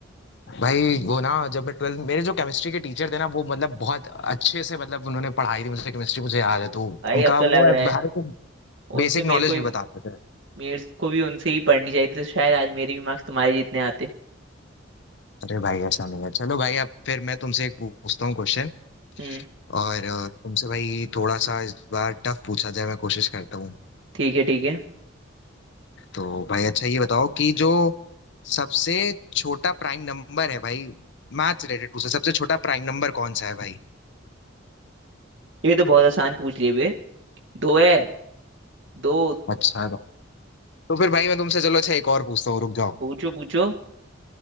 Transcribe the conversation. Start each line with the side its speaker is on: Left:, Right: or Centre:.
Left: भाई वो ना जब मैं ट्वेल्थ मेरे जो केमिस्ट्री के टीचर थे ना वो मतलब बहुत अच्छे से मतलब उन्होंने पढ़ाई थी मुझसे केमिस्ट्री मुझे याद है तो
Right: भाई
Left: उनका
Right: अब तो लग
Left: वो है
Right: रहा है
Left: हर एक
Right: उनसे
Left: बेसिक
Right: मेरे
Left: नॉलेज
Right: को
Left: भी बताते थे
Right: मेरे को भी उनसे ही पढ़नी चाहिए थी, तो शायद आज मेरे भी मार्क्स तुम्हारे जितने आते
Left: अरे भाई ऐसा नहीं है चलो भाई अब फिर मैं तुमसे एक पूछता हूँ क्वेश्चन
Right: हम्म
Left: और अ, तुमसे भाई थोड़ा सा इस बार टफ पूछा जाए मैं कोशिश करता हूँ
Right: ठीक है ठीक है
Left: तो भाई अच्छा ये बताओ कि जो सबसे छोटा प्राइम नंबर है भाई मैथ्स रिलेटेड पूछा सबसे छोटा प्राइम नंबर कौन सा है भाई
Right: ये तो बहुत आसान पूछ लिए बे दो है दो
Left: अच्छा तो तो फिर भाई मैं तुमसे चलो अच्छा एक और पूछता हूँ रुक जाओ
Right: पूछो पूछो